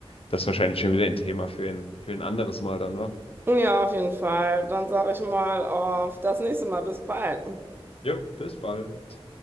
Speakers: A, on the left (about 65°); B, on the right (about 20°).
A: das ist wahrscheinlich schon wieder ein Thema für ein, für ein anderes Mal dann, wa?
B: Ja, auf jeden Fall. Dann sage ich mal auf das nächste Mal. Bis bald.
A: Jo, bis bald.